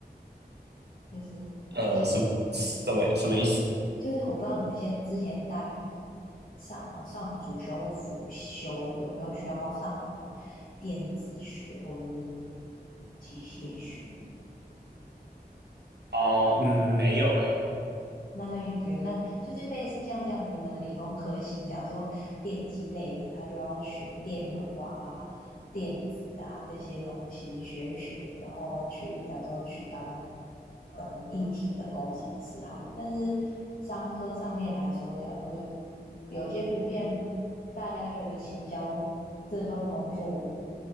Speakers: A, on the left; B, on the right.
A: 就是像
B: 呃，什么什么什么意思？
A: 就是我不知道你们现在之前大学上呃上主修或辅修有没有需要上什么电子学或者是机械学？
B: 哦，嗯，没有诶、
A: 那那也不用，那就是类似像这样，你们的理工科系，假如说电机类的，他就要学电路啊、电子啊这些东西，学一学之后去，假如说去当可能硬体的工程师好了。但是商科上面来说，假如说有些普遍大家觉得行销这份工作